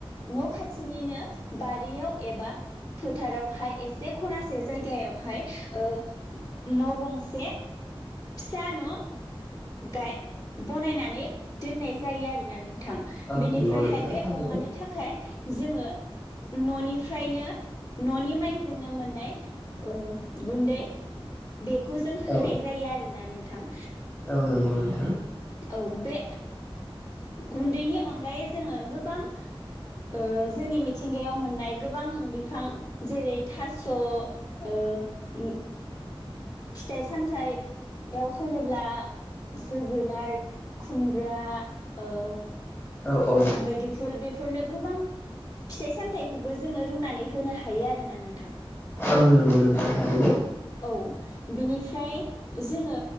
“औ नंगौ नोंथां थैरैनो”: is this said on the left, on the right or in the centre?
Left